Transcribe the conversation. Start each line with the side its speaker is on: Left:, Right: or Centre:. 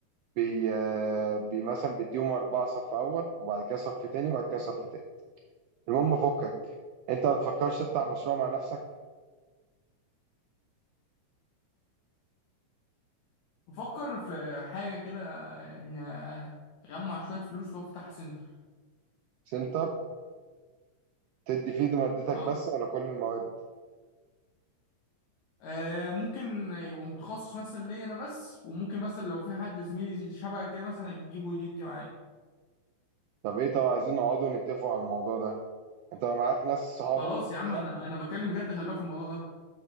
Right: بي آه، بي مثلا بيديهم أربعة صف أول وبعد كده صف تاني وبعد كده صف تاني المهم فكك أنت ما تفكرش تفتح مشروع مع نفسك
Left: بفكر في حاجه كده آه، إن- آه، اجمع شويه فلوس وافتح سنتر
Right: سنتر تدي فيه دي مادتك
Left: اه
Right: بس ولا كل المواد
Left: آه، ممكن يبقى متخصص مثلا ليا انا بس وممكن مثلا لو في حد زميلي شبه كده مثلا اجيبه ويدي معايا
Right: طب إيه طب عايزين نقعدوا نتفقوا على الموضوع ده أنت معاك ناس صحابك
Left: خلاص
Right: طب
Left: يا عم
Right: صح
Left: انا انا بتكلم بجد خلي بالك في الموضوع ده